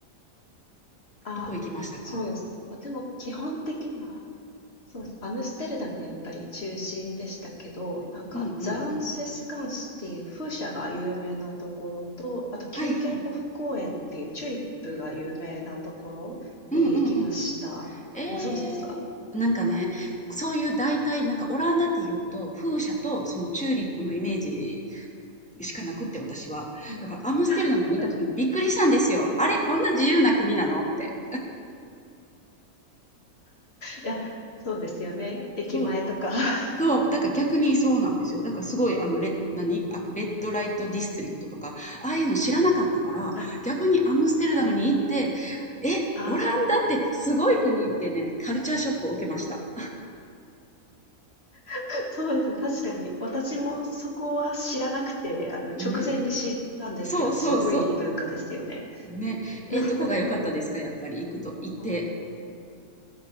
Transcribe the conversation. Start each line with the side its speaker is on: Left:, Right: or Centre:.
Left: ああ、
Centre: どこ行きましたか
Left: そうなんですね。ま、でも基本的には、そうですね、アムステルダムやっぱり中心でしたけど、なんかザンセスカンスっていう風車が有名なところと、
Centre: うんうんうん。
Left: あとキューケンホフ公園っていうチューリップが有名なところに行きました。
Centre: はいはい。うんうんうん。えーなんかね、
Left: ご存知ですか？
Centre: そういう大体なんかオランダっていうと、風車とそのチューリップのイメージしかなくって、
Left: うん。
Centre: 私は。
Left: うん。
Centre: だからアムステルダムにいた時にびっくりしたんですよ。
Left: <laughs> い
Centre: あれ、こんな自由な国なのって。
Left: や、そうですよね。駅前とか。
Centre: そう。
Left: <laughs>
Centre: そう、だから逆にそうなんですよ。だからすごいあのレ何、あ、レッドライトディストリクトとか、ああいうの知らなかったから、
Left: あ、
Centre: 逆にアムステルダムに行って、
Left: うんうんうんうん。
Centre: え、
Left: あ
Centre: オランダってすごい国ってね、カルチャーショックを受けました。
Left: あ、そうです。確かに。私もそこは知らなくて、あの、直前に知ったんですけど、
Centre: ね。そうそうそ
Left: すごい文化ですよね。
Centre: う。ね。え、
Left: <laughs>
Centre: どこが良かったですか？やっぱり行くと行って、
Left: あ